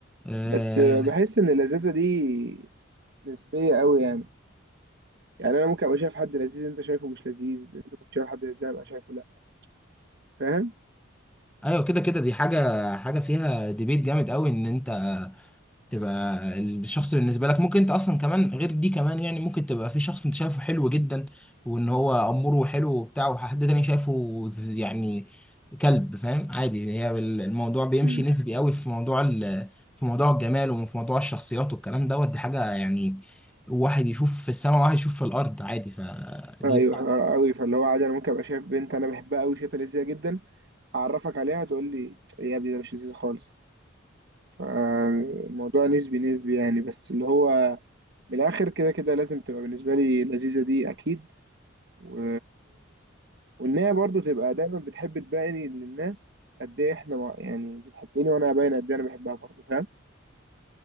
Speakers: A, in the centre; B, on the right (about 50°).
A: آه...
B: بس بحس ان اللذاذه دي نسبيه قوي يعني يعني انا ممكن ابقى شايف حد لذيذ انت شايفه مش لذيذ انت كنت شايف حد لذيذ أنا ابقى شايفه لا فاهم
A: أيوه كده كده دي حاجة حاجة فيها ديبيت جامد قوي إن أنت تبقى الشخص بالنسبة لك ممكن انت اصلا كمان غير دي كمان يعني ممكن تبقى في شخص انت شايفه حلو جدا وان هو اموره حلو وبتاع وحد تاني شايفه ز- يعني كلب فاهم عادي هي بال- الموضوع بيمشي
B: مم.
A: نسبي قوي في موضوع ال... في موضوع الجمال وفي موضوع الشخصيات والكلام دوت دي حاجة يعني واحد يشوف في السماء وواحد يشوف في الارض عادي فدي
B: ايوه قوي فاللي هو عادي انا ممكن ابقى شايف بنت انا بحبها قوي شايفها لذيذه جدا اعرفك عليها تقول لي يا ابني ده مش لذيذ خالص فالموضوع نسبي نسبي يعني بس اللي هو من الاخر كده كده لازم تبقى بالنسبه لي لذيذه دي اكيد و... وان هي برضو تبقى دايما بتحب تبين للناس قد ايه احنا مع... يعني بتحبني وانا باين قد ايه انا بحبها برضو فاهم